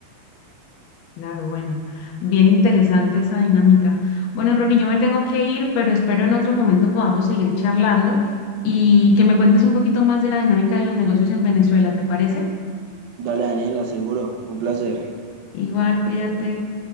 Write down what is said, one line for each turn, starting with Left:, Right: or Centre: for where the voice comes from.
Left: Claro, bueno, bien interesante esa dinámica. Bueno, Ronnie, yo me tengo que ir, pero espero en otro momento podamos seguir charlando y que me cuentes un poquito más de la dinámica de los negocios en Venezuela, ¿te parece?
Right: Dale, Daniel, aseguro. Un placer.
Left: Igual, cuídate.